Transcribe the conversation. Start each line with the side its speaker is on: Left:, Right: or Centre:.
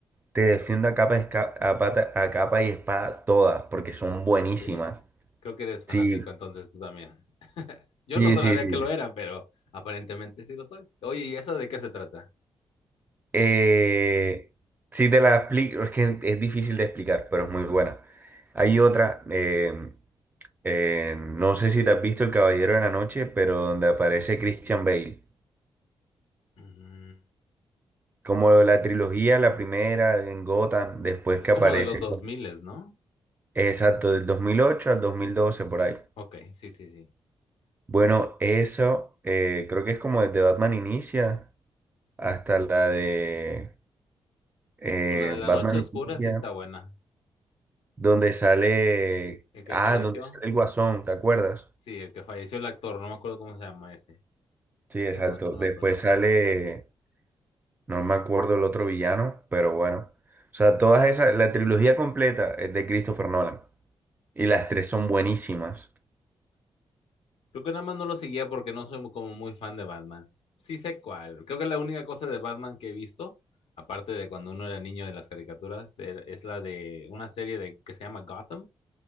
Right: te defiendo a capa, y esca- a pata- a capa y espada todas, porque son buenísimas.
Left: No sé. Creo que eres fanático,
Right: Sí,
Left: entonces tú también. <laughs> Yo
Right: Sí,
Left: no sabía
Right: sí, sí.
Left: que lo era, pero aparentemente sí lo soy. Oye, ¿y eso de qué se trata?
Right: Eh, sí te la explico, es que es difícil de explicar, pero es muy buena. Hay otra, eh, eh, no sé si te has visto El Caballero de la Noche, pero donde aparece Christian Bale.
Left: Mm,
Right: Como la trilogía, la primera en Gotham, después
Left: Es
Right: que
Left: como
Right: aparece,
Left: de los 2000, ¿no?
Right: exacto, del 2008 al 2012 por ahí.
Left: Ok, sí, sí, sí.
Right: Bueno, eso eh, creo que es como desde Batman Inicia hasta la de eh,
Left: Pues la de la
Right: Batman
Left: noche oscura
Right: Inicia.
Left: sí está buena.
Right: donde sale,
Left: El que
Right: ah,
Left: falleció,
Right: donde sale el Guasón, ¿te acuerdas?
Left: sí, el que falleció el actor, no me acuerdo cómo se llama ese.
Right: Sí,
Left: En este
Right: exacto.
Left: momento no
Right: Después
Left: me acuerdo, pero
Right: sale, no me acuerdo el otro villano, pero bueno. O sea, todas esas, la trilogía completa es de Christopher Nolan. Y las tres son buenísimas.
Left: Creo que nada más no lo seguía porque no soy como muy fan de Batman. Sí sé cuál. Creo que la única cosa de Batman que he visto, aparte de cuando uno era niño de las caricaturas, er- es la de una serie de, que se llama Gotham,